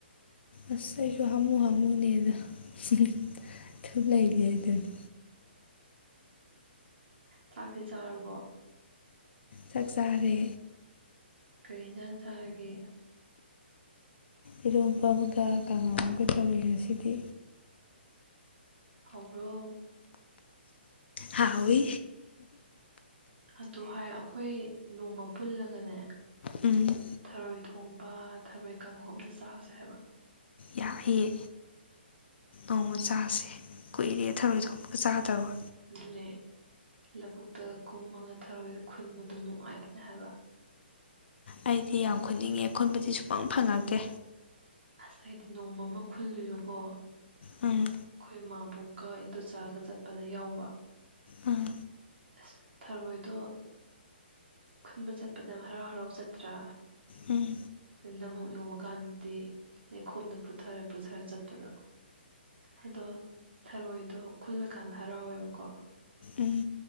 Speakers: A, on the left; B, on the right.
A: ꯑꯁ ꯑꯩꯁꯨ ꯍꯥꯃꯨ ꯍꯥꯃꯨꯅꯦꯗ ꯑꯗꯨꯝ ꯂꯩꯔꯤ ꯍꯥꯏꯗꯨꯅꯦ
B: ꯆꯥꯛꯇꯤ ꯆꯥꯔꯕꯣ
A: ꯆꯥꯛ ꯆꯥꯔꯦ
B: ꯀꯔꯤ ꯍꯦꯟꯖꯥꯡ ꯆꯥꯔꯒꯦ
A: ꯏꯔꯣꯝꯕ ꯑꯃꯒ ꯀꯥꯡꯉꯧ ꯑꯃꯒ ꯇꯧꯋꯦ ꯉꯁꯤꯗꯤ
B: ꯍꯥꯎꯕ꯭ꯔꯣ
A: ꯍꯥꯎꯋꯦ
B: ꯑꯗꯨ ꯍꯥꯏ ꯑꯩꯈꯣꯏ ꯅꯣꯡꯃ ꯄꯨꯜꯂꯒꯅꯦ
A: ꯎꯝ
B: ꯊꯔꯣꯏ ꯊꯣꯡꯕ ꯊꯥꯔꯣꯏ ꯀꯥꯡꯍꯧ ꯑꯝꯇꯥ ꯆꯥꯔꯨꯁꯦ ꯍꯥꯏꯕ
A: ꯌꯥꯏꯌꯦ ꯅꯣꯡꯃ ꯆꯥꯁꯦ ꯀꯨꯏꯔꯦ ꯊꯔꯣꯏ ꯊꯣꯡꯕꯥꯒ ꯆꯥꯗꯕꯥ
B: ꯑꯗꯨꯅꯦ ꯂꯕꯨꯨꯛꯇꯒ ꯀꯨꯝꯃꯒ ꯊꯥꯔꯣꯏꯒꯥ ꯈꯨꯟꯕꯗꯣ ꯅꯨꯡꯉꯥꯏꯕꯅꯦ ꯍꯥꯏꯕ
A: ꯑꯩꯗꯤ ꯌꯥꯝ ꯈꯨꯠꯅꯤꯡꯉꯦ ꯈꯨꯟꯕꯗꯤ ꯁꯨꯛꯐꯪ ꯐꯪꯉꯛꯇꯦ
B: ꯑꯁ ꯑꯩꯗꯤ ꯅꯣꯡꯃ ꯑꯃ ꯈꯨꯜꯂꯨꯏꯕꯀꯣ
A: ꯎꯝ
B: ꯑꯩꯈꯣꯏ ꯃꯥꯕꯣꯛꯀ ꯏꯟꯗꯣꯟꯆꯥꯒ ꯆꯠꯄꯗ ꯌꯥꯎꯕ
A: ꯎꯝ
B: ꯑꯁ ꯊꯥꯔꯣꯏꯗꯣ ꯈꯨꯟꯕ ꯆꯠꯄꯗ ꯍꯔꯥꯎ ꯍꯔꯥꯎ ꯆꯠꯇ꯭ꯔꯥ
A: ꯎꯝ
B: ꯂꯥꯕꯨꯛ ꯇꯧꯕꯀꯥꯟꯗꯗꯤ ꯂꯩꯈꯣꯝꯗ ꯄꯨꯊꯔꯥ ꯄꯨꯊꯔꯥ ꯆꯠꯄꯗꯣ ꯑꯗꯣ ꯊꯥꯔꯣꯏꯗꯣ ꯈꯨꯜꯂꯀꯥꯟꯗ ꯍꯔꯥꯎꯋꯦꯕꯀꯣ
A: ꯎꯝ